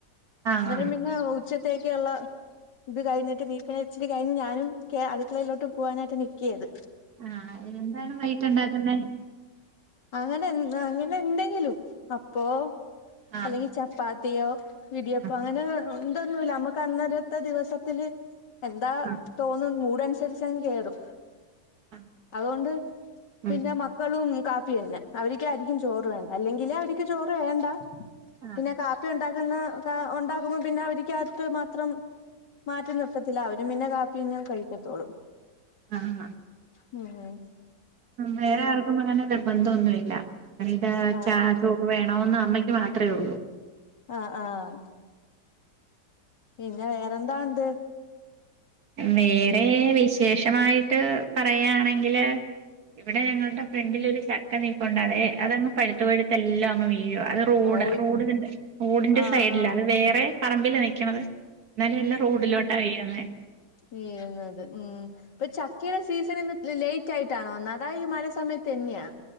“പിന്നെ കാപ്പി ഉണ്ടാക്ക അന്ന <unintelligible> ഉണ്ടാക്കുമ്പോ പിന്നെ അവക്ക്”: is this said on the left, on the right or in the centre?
Left